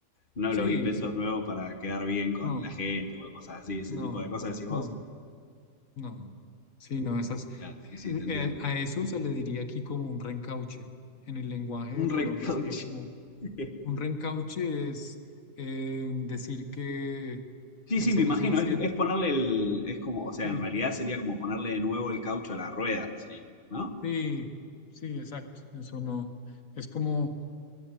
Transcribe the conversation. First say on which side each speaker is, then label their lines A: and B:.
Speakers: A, on the left; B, on the left.
A: No
B: sí,
A: los inventos
B: sí.
A: nuevos para quedar bien con
B: No,
A: la gente o cosas así, ese
B: no,
A: tipo de cosas, decís
B: no,
A: vos.
B: no. no. Sí, no, esas.
A: Claro, sí, sí,
B: eh,
A: te entiendo.
B: eh, a eso se le diría aquí como un reencauche. En el lenguaje
A: Un
B: de
A: recauche.
B: Colombia sería como
A: <laughs>
B: un reencauche es eh, decir que
A: Sí,
B: el
A: sí,
B: cero
A: me imagino,
B: cero siete
A: es, es ponerle el, es como, o sea,
B: Sí,
A: en realidad sería como ponerle de nuevo el caucho a la rueda, sería, ¿no?
B: Sí, sí, exacto. Eso no. Es como